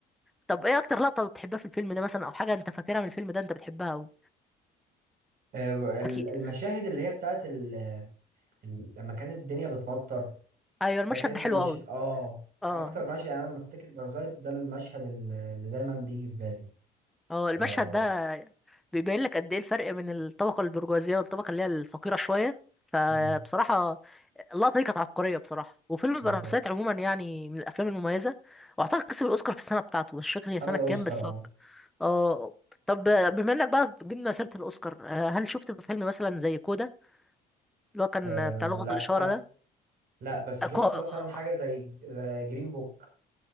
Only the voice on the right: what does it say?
آه، ال-
المشاهد اللي هي بتاعت ال... ال... لما كانت الدنيا بتمطر
فاكر انت
المشهد
اه
اكتر مشهد يعني انا لما افتكر بارازايت ده المشهد ال- اللي دايما بيجي في بالي
آه...
مم،
بالظبط
خد
الاوسكار
اه
آه،
لا
لا بس
شفت
مثلا حاجه زي جرين بوك